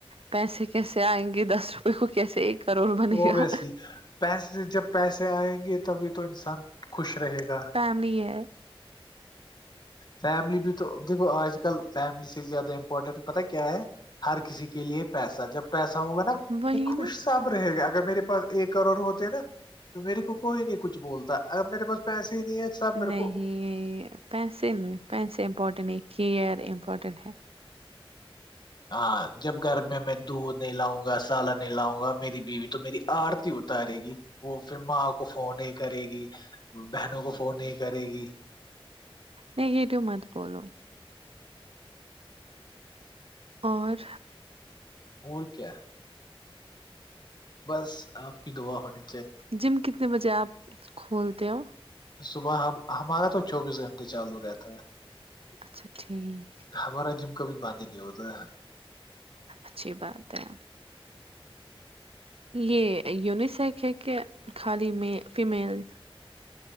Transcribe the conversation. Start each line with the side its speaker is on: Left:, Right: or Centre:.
Right: پیسے کیسے آئیں گے دس روپئے کو کیسے ایک کروڑ بنے
Left: اوبوسلی
Right: گا
Left: پسے جب پیسے آئیں گے تبھی تو انسان خوش رہے گا
Right: لی ہے
Left: فیملی بھی تو دیکھو آج کل فیملی سے زیادہ امپورٹنٹ پتا ہے کیا ہے ہر کسی کے لیے پیسہ جب پیسا ہوگا نا
Right: وہی
Left: یہ خوش
Right: نا
Left: سب رہے گا اگر میرے پاس ایک کروڑ ہوتے نا تو میرے کو کوئی نہیں کچھ بولتا اگر میرے پاس پیسے ہی نہیں ہے سب میرے
Right: نہیں
Left: کو
Right: پیسے نہیں پیسے امپورٹنٹ نہیں کیئر امپورٹنٹ ہیں
Left: ہاں جب گھر میں میں دودھ نہیں لاؤں گا سالن نہیں لاؤں گا میری بیوی تو میری آرتی اتارے گی وہ پھر ماں کو فون نہیں کرے گی بہنوں کو فون نہیں کرے گی
Right: نگیٹیو مت بولو اور
Left: اور کیا بس آپ کی دعا ہونے
Right: جم کتنے بجے آپ کھولتے ہو
Left: صبح ہم ہمارا تو چوبیس گھنٹے چالو رہتا ہے
Right: اچھا ٹھیک
Left: ہمارا جم کبھی باند ہی نہیں ہوتا ہے
Right: اچھی بات ہے یہ انیسکس ہے کیا خالی میل فیمل